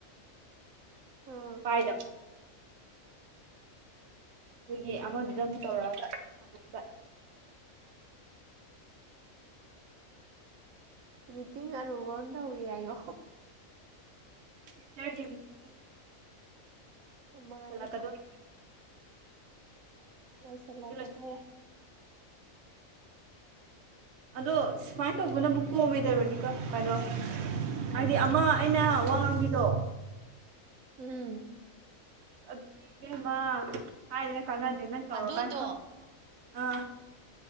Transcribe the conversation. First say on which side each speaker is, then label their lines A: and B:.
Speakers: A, on the right; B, on the right.
A: ꯎꯝ
B: ꯄꯥꯏꯗꯕ ꯑꯗꯨꯒꯤ
A: ꯎꯝ
B: ꯑꯃꯗꯨꯗ ꯑꯃꯨꯛ ꯇꯧꯔꯛꯑꯒ ꯍꯪꯉꯛꯏꯕ
A: ꯃꯤꯇꯤꯡ ꯑꯔꯨꯕꯅ ꯇꯧꯔꯤ ꯍꯥꯏꯌꯣ
B: ꯐꯆꯔꯒꯦꯕꯤꯇ
A: ꯃꯥꯅꯦ
B: ꯂꯣꯏꯁꯤꯜꯂꯛꯀꯗꯣꯔꯦ
A: ꯃꯣꯏꯁꯤꯜꯂꯛꯒꯗꯧꯔꯦ
B: ꯂꯣꯏꯗꯤ ꯂꯣꯏꯁꯤꯜꯂꯛꯀꯗꯣꯔꯦ ꯑꯗꯣ ꯁꯨꯃꯥꯏꯅ ꯇꯧꯕꯅꯕꯨ ꯀꯣꯝꯃꯦꯗ ꯔꯣꯅꯤꯀꯥ ꯀꯩꯅꯣ ꯍꯥꯏꯗꯤ ꯑꯃ ꯑꯩꯅ ꯋꯥ ꯉꯥꯡꯕꯤꯗꯣ
A: ꯎꯝ
B: ꯑꯁ ꯑꯗꯨꯗꯤ ꯏꯕꯦꯝꯃ ꯍꯥꯏꯗꯦꯅ ꯀꯥꯟꯅꯗꯦ ꯅꯪ ꯇꯧꯔꯀꯥꯟ
A: ꯑꯗꯨꯗꯣ
B: ꯈꯪꯅꯤ ꯑꯥ